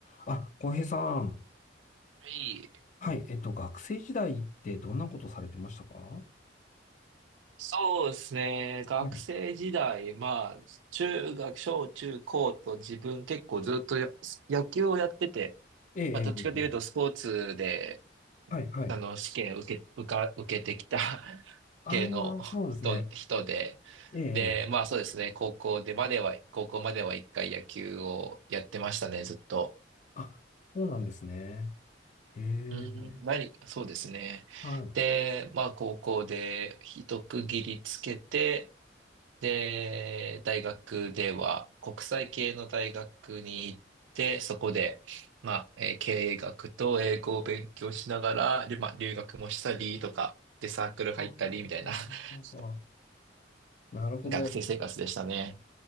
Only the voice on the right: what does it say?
はい。
そうですね。学生時代、
まあ、中学、小中高と自分結構ずっとや野球をやってて、
まあ、どっちかというとスポーツで、
あの、試験受け、受か、受けてきた <laughs>
系の人、
人で、
で、
まあそうですね。高校でまでは、高校までは一回野球をやってましたね、ずっと。
うんうん。何、そうですね。
で、まあ高校で一区切りつけて、で、大学では国際系の大学に行って、そこで、まあ、えー経営学と英語を勉強しながら、りまあ、留学もしたりとか、で、サークル入ったりみたいな
<laughs>
学生生活でしたね。